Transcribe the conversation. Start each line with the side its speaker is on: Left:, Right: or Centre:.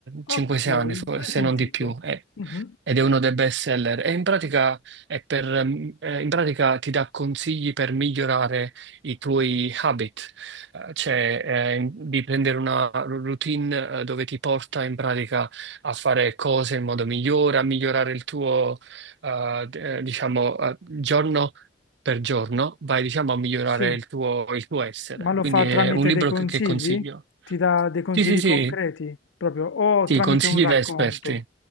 Right: 5-6
Left: Ok,
Right: anni forse,
Left: mai
Right: se
Left: sentito.
Right: non di più, eh
Left: Mhm.
Right: ed è uno dei best seller e in pratica, è per, ehm, eh, in pratica ti dà consigli per migliorare i tuoi habit, Eh, cioè eh, in- di prendere una routine eh, dove ti porta in pratica a fare cose in modo migliore, a migliorare il tuo, eh, d- eh, diciamo, eh, giorno per giorno, vai diciamo a migliorare
Left: Sì,
Right: il tuo, il tuo essere.
Left: ma lo
Right: Quindi
Left: fa
Right: è
Left: tramite
Right: un libro
Left: dei consigli?
Right: che, che consiglio.
Left: Ti dà dei consigli
Right: Sì, sì, sì,
Left: concreti, proprio, o
Right: sì,
Left: tramite
Right: consigli
Left: un racconto?
Right: da esperti.